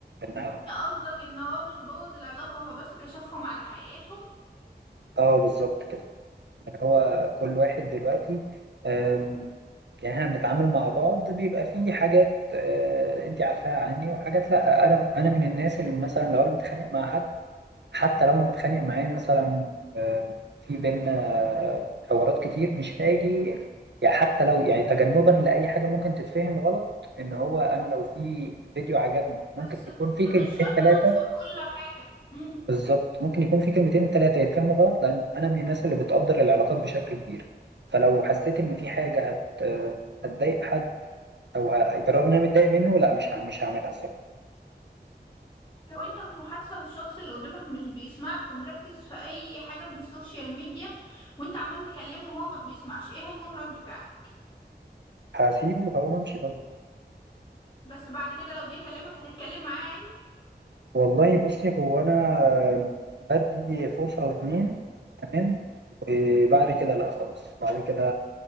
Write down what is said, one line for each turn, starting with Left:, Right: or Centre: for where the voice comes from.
Right: إنها
Left: يعني قصدك إن هو مش بوظ العلاقة هو بس كشفهم على حقيقتهم
Right: اه بالظبط كده هو كل واحد دلوقتي آم، يعني احنا بنتعامل مع بعض بيبقى في حاجات آه، انت عارفاها عني وحاجات لا انا انا من الناس اللي مثلا لو انا متخانق مع حد حتى لو انا متخانق معاه مثلا آه، في بينا آه، حوارات كتير مش هاجي يعني حتى لو يعني تجنبا لاي حاجه ممكن تتفهم غلط ان هو انا لو في فيديو عجبني ممكن
Left: بس
Right: يكون في
Left: مش
Right: كلمتين
Left: شرط
Right: ثلاثه
Left: ننشر كل حاجة مم.
Right: بالظبط ممكن يكون في كلمتين تلاتة يتفهموا غلط لأن أنا من الناس اللي بتقدر العلاقات بشكل كبير فلو حسيت إن في حاجة هت هتضايق حد أو ه... بالرغم إن أنا متضايق منه لا مش ه... مش هعملها الصراحة
Left: لو انت في محادثة والشخص اللي قدامك مش بيسمعك ومركز في اي حاجة من السوشيال ميديا وانت عمال تكلمه وهو ما بيسمعش ايه هيكون رد فعلك
Right: هسيبه وهقوم أمشي طبعا
Left: بس بعد كده لو جه يكلمك هتتكلم معاه عادي
Right: والله بصي هو أنا بدي فرصة أو اتنين تمام وبعد كده لا خلاص بعد كده